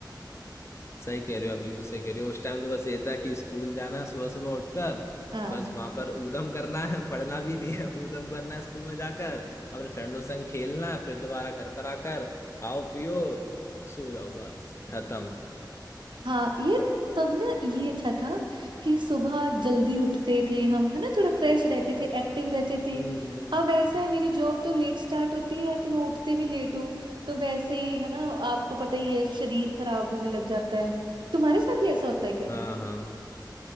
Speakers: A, on the left (about 35°); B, on the right (about 80°).
A: सही कह रहे हो आप बिल्कुल सही कह रहे हो उस टाइम तो बस ये था कि स्कूल जाना है सुबह सुबह उठकर
B: हाँ
A: बस वहां पर ऊधम करना है <laughs> पढ़ना भी नहीं है ऊधम करना है स्कूल में जाकर अपने फ्रेंडों संग खेलना है फिर दोबारा घर पर आकर खाओ पियो सो जाओ बस खत्म
B: हाँ ये तब ना ये अच्छा था कि सुबह जल्दी उठते थे हम है ना थोड़ा फ्रेश रहते थे एक्टिव रहते थे
A: हम्म हम्म।
B: अब ऐसा है मेरी जॉब तो लेट स्टार्ट होती है तो मैं उठती भी लेट हूँ तो वैसे ही है ना आपको पता ही है शरीर खराब होने लग जाता है तुम्हारे साथ भी ऐसा होता है क्या
A: हाँ हाँ हम्म